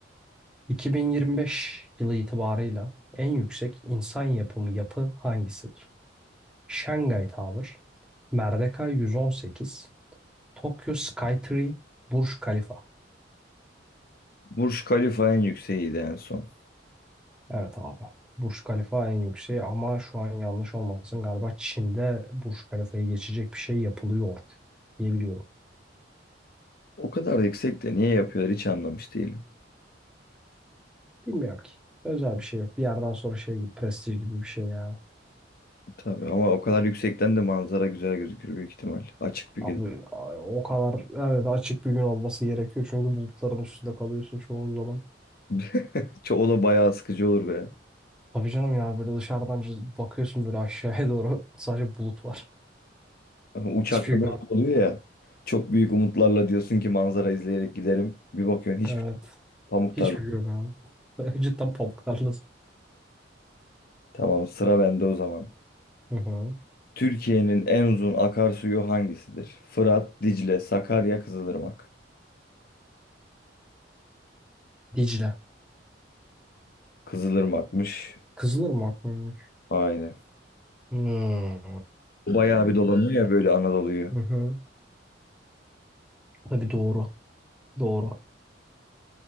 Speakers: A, in the centre; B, on the left.
A: 2025 yılı itibarıyla en yüksek insan yapımı yapı hangisidir? Şangay Tower, Merdeka 118, Tokyo Skytree, Burj Khalifa.
B: Burj Khalifa en yükseğiydi en son.
A: Evet abi. Burj Khalifa en yükseği ama şu an yanlış olmasın galiba Çin'de Burj Khalifa'yı geçecek bir şey yapılıyor diye biliyorum.
B: O kadar yüksek de niye yapıyorlar hiç anlamış değilim.
A: Bilmiyorum ki. Özel bir şey yok. Bir yerden sonra şey gibi prestij gibi bir şey yani.
B: Tabii ama o kadar yüksekten de manzara güzel gözükür büyük ihtimal. Açık bir
A: Abi
B: gün.
A: a- o kadar evet açık bir gün olması gerekiyor çünkü bulutların üstünde kalıyorsun çoğu zaman.
B: <laughs> Ço- O da bayağı sıkıcı olur be.
A: Tabii canım ya böyle dışarıdan cız- bakıyorsun böyle aşağıya doğru <laughs> sadece bulut var.
B: Ama Uçakta
A: Hiçbir şey
B: da oluyor ya. Çok büyük umutlarla diyorsun ki manzara izleyerek giderim. Bir bakıyorsun hiçbir
A: görmüyorum.
B: şey. Pamuk
A: Hiçbir
B: tarla.
A: şey yok abi. <laughs> Cidden pamuk tarlası.
B: Tamam sıra bende o zaman.
A: Hı hı.
B: Türkiye'nin en uzun akarsuyu hangisidir? Fırat, Dicle, Sakarya, Kızılırmak.
A: Dicle.
B: Kızılırmak'mış.
A: Kızılırmak mıymış?
B: Aynen.
A: Hmm.
B: Bayağı bir dolanıyor ya böyle Anadolu'yu.
A: Hı hı. Tabii doğru. Doğru.